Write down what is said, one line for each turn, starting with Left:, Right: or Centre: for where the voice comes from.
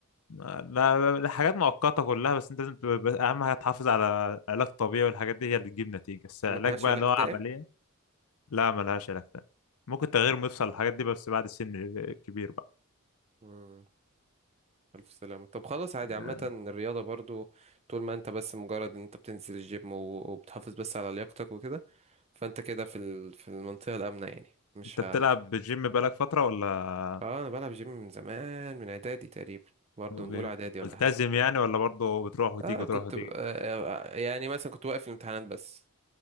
Left: آه، لا لا، حاجات مؤقتة كلها بس انت لازم تبقى بس أهم حاجة تحافظ على علاج طبيعي والحاجات دي هي اللي تجيب نتيجة بس علاج
Right: ملهاش
Left: بقى
Right: علاج
Left: اللي هو
Right: دائم
Left: عملية لا ملهاش علاج تاني ممكن تغيير مفصل الحاجات دي بس بعد سن كبير بقى
Right: مم. ألف سلامة طب خلاص عادي عامة
Left: آه،
Right: الرياضة برضو طول ما أنت بس مجرد إن أنت بتنزل الجيم و- وبتحافظ بس على لياقتك وكده فأنت كده في ال... في المنطقة الآمنة يعني مش
Left: انت بتلعب
Right: ها مش
Left: بالجيم بقالك فترة ولا
Right: آه أنا بلعب جيم من زمان من إعدادي تقريبا برضو
Left: وبي-
Right: من أولى إعدادي ولا
Left: ملتزم
Right: حاجة
Left: يعني ولا برضه بتروح وتيجي
Right: آه
Left: وتروح
Right: كنت
Left: وتيجي
Right: ب... آه آه، آه، يعني مثلا كنت واقف الامتحانات بس